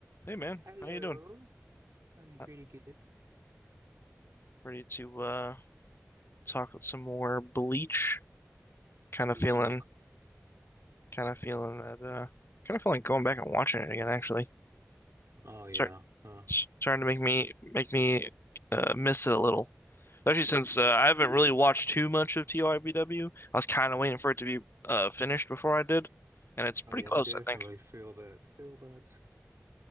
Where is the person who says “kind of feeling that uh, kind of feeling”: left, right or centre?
Left